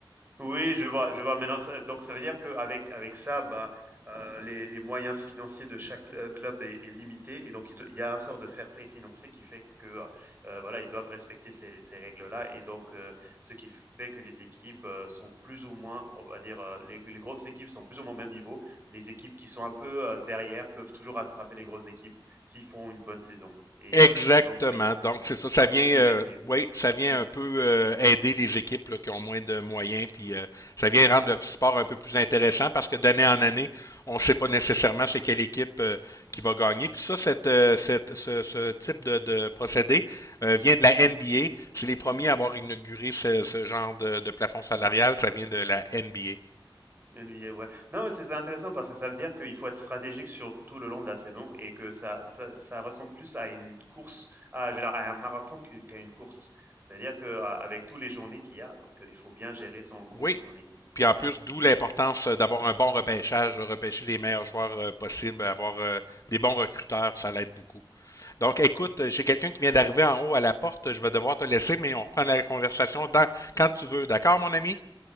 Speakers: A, on the right; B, on the left.
A: Oui, je vois, je vois. Maintenant, ça donc ça veut dire qu'avec avec ça, bah, heu, les les moyens financiers de chaque, heu, club est est limité et donc il do il y a un sort de fair play financier qui fait que, heu heu, voilà, ils doivent respecter ces ces règles-là et donc heu, ce qui fait que les équipes, heu, sont plus ou moins, on va dire, heu, les les grosses équipes sont plus ou moins au même niveau. Les équipes qui sont un peu, heu, derrière peuvent toujours rattraper les grosses équipes s'ils font une bonne saison et
B: Exactement.
A: il y a donc heu, il y a plus
B: Donc, c'est ça. Ça
A: il y a beaucoup
B: vient,
A: plus
B: euh,
A: d'équilibre.
B: oui, ça vient
A: Mmh.
B: un peu euh, aider les équipes là, qui ont moins de moyens. Puis, euh, ça vient rendre le sport un peu plus intéressant parce que d'année en année, on ne sait pas nécessairement c'est quelle équipe euh, qui va gagner. Puis ça, cette, euh, cette- ce, ce type de, de procédé euh, vient de la
A: Mmh.
B: NBA. C'est les premiers à avoir
A: Mmh.
B: inauguré ce, ce genre de, de plafond salarial. Ça vient de la NBA.
A: NBA, ouais. Non, mais c'est c'est intéressant parce que ça veut dire qu'il faut être stratégique sur tout le long de la saison et que ça, ça, ça ressemble plus à une course, à, je veux dire, à un marathon qu'u- qu'à une course. C'est-à-dire que euh, avec tous les journées qu'il y a, donc euh, il faut bien gérer son groupe
B: Oui.
A: et son équipe.
B: Puis en plus, d'où l'importance euh, d'avoir un bon repêchage, de repêcher les meilleurs joueurs euh, possibles, avoir euh, des bons recruteurs, ça l'aide beaucoup. Donc écoute, euh, j'ai quelqu'un qui vient d'arriver en haut à la porte, je vais devoir te laisser, mais on reprend la conversation dans- quand tu veux. D'accord, mon ami?